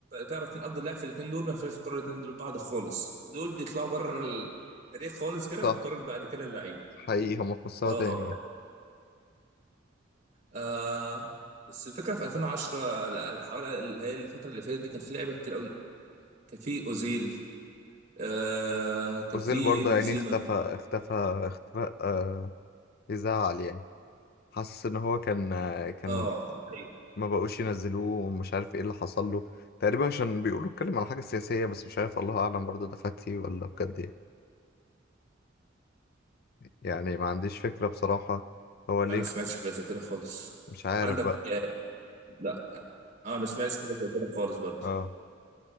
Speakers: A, on the right (about 40°); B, on the left (about 50°).
A: تعرف مين افضل لاعب في الاثنين دول ما فيش تقارن الاثنين دول ببعض خالص دول يطلعوا بره التاريخ خالص كده
B: صح
A: وتقارن بعد كده اللعيب
B: حقيقي هم في مستوى
A: اه
B: تاني يعني
A: آه، بس الفكره في 2010 لا، حوالي اللي هي الفتره اللي فاتت دي كان في لعيبه كتير قوي كان في اوزيل آه كان
B: اوزيل
A: في
B: برضه
A: بنزيما
B: يعني اختفى اختفى اختفى آه يزعل يعني حاسس ان هو كان آه، كان
A: اه حقيقي.
B: ما بقوش ينزلوه ومش عارف ايه اللي حصل له تقريبا عشان بيقولوا اتكلم على حاجة سياسية بس مش عارف الله اعلم برضه ده فاتي ولا بجد ايه يعني ما عنديش فكرة بصراحة هو ليه
A: انا ما
B: اخت...
A: سمعتش حاجه زي كده خالص
B: مش عارف
A: عندك
B: بقى
A: آه، لا انا ما سمعتش حاجه زي كده خالص برضو
B: اه